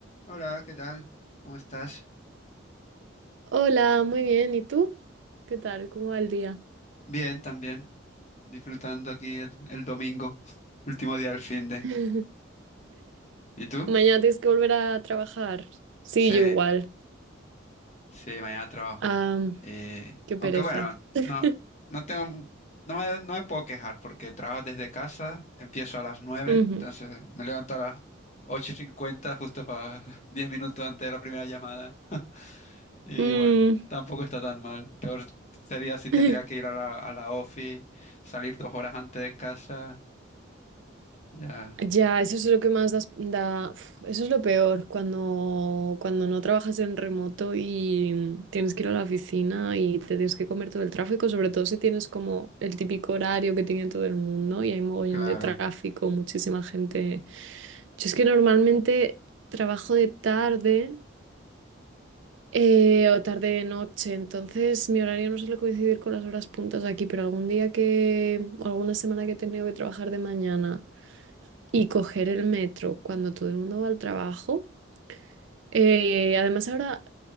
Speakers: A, on the left; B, on the right.
A: Hola, ¿qué tal? ¿Cómo estás?
B: Hola, muy bien. ¿Y tú? ¿Qué tal? ¿Cómo va el día?
A: Bien, también. Disfrutando aquí el, el domingo, <laughs> último día del fin de.
B: <laughs>
A: ¿Y tú?
B: Mañana tienes que volver a trabajar. Sí,
A: Sí,
B: yo igual.
A: sí, mañana trabajo.
B: Ah,
A: Eh,
B: qué pereza.
A: aunque bueno,
B: <laughs>
A: no, no tengo, no me, no me puedo quejar porque trabajo desde casa, empiezo a las nueve,
B: Ujú.
A: entonces me levanto a las ocho y cincuenta justo para <laughs> 10 minutos antes de la primera llamada. Y
B: Mm.
A: bueno, tampoco está tan mal. Peor sería si tendría
B: <laughs>
A: que ir a la, a la ofi, salir dos horas antes de casa. Ya,
B: Ya, eso es lo que más das- da, uf, eso es lo peor, cuando, cuando no trabajas en remoto y mm, tienes que ir a la oficina y te tienes que comer todo el tráfico, sobre todo si tienes como el típico horario que tiene todo el mundo y hay mogollón
A: claro.
B: de tráfico, muchísima gente Yo es que normalmente trabajo de tarde eh, o tarde de noche, entonces mi horario no suele coincidir con las horas puntas aquí, pero algún día que, o alguna semana que he tenido que trabajar de mañana y coger el metro cuando todo el mundo va al trabajo, eh, además ahora,